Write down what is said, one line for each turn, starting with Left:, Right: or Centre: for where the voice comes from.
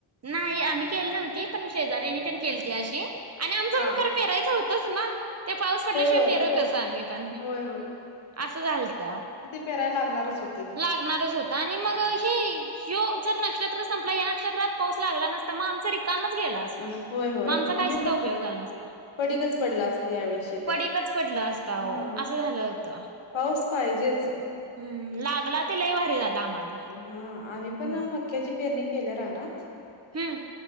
Right: नाही आम्ही केली नव्हती पण शेजऱ्यांनी तेन केलती अशी आणि आम
Left: हा
Right: पेरायचं होतच ना ते पाऊस पडल्याशिवाय
Left: होय.
Right: पेरु
Left: पेरा
Right: कस आम्ही पण
Left: होय,
Right: असं झालत.
Left: पेराय लागणारच होत
Right: लागणारच होत आणि मग हे ह्यो जर नक्षत्र संपला या नक्षत्रात पाऊस लागला नसता मग आमच रीक कामच गेल असत
Left: अ, होय, होय.
Right: म आमचा
Left: म्हणजे
Right: काय सुद्धा उपयोग झाला नसता.
Left: पडीकच पडला असतं यावेळी शेत.
Right: पडीकच पडल असता आहो
Left: हां,
Right: असं झालं होत.
Left: पाऊस पाहिजेच
Right: हम्म. लागला ते लै भारी झाला आम्हाला.
Left: हा आम्ही पण
Right: हम्म
Left: मक्याची पेरणी केल्या रानात.
Right: हम्म.